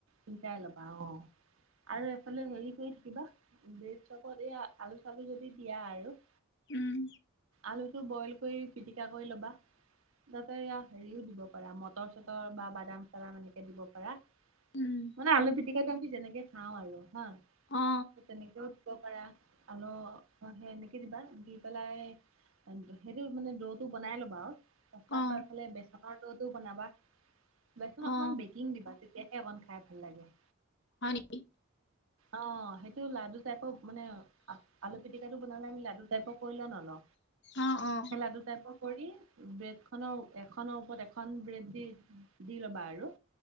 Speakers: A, on the right; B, on the left.
A: সিকাই ল'বা অ'। আৰু এফালে হেৰি কৰি থাকিবা, ব্ৰেড চপত এই আলু চালু যদি দিয়া আৰু।
B: উম।
A: আলুটো বইল কৰি, পিটিকা কৰি ল'বা, তাতে এয়া হেৰিও দিব পাৰা, মটৰ-চটৰ বা বাদাম-চাদাম এনেকে দিব পাৰা।
B: উম
A: মানে আলু পিটিকাটো আমি যেনেকে খাওঁ আৰু হা,
B: অ
A: ত' তেনেকৈ দিব পাৰা, আল সেই এনেকে দিবা, দি পেলাই সেইটো মানে ৰৌটো বনাই ল'বা আৰু। কচা
B: অ অ
A: কৰি ফালে বেচনৰ ততো বনাবা, বেচন অকণমান
B: অ
A: বেকিং দিবা তে তেতিয়াহে অকন খাই ভাল লাগে।
B: হয় নেকি?
A: অ' সেইটো লাডু টাইপৰ মানে আলু পিটিকাটো বনালে আমি লাডু টাইপক কৰি লওঁ নলওঁ,
B: অ অ
A: সেই লাডু টাইপক কৰি, ব্ৰেড খনৰ এখনৰ ওপৰত এখন ব্ৰেড দি, দি ল'বা আৰু।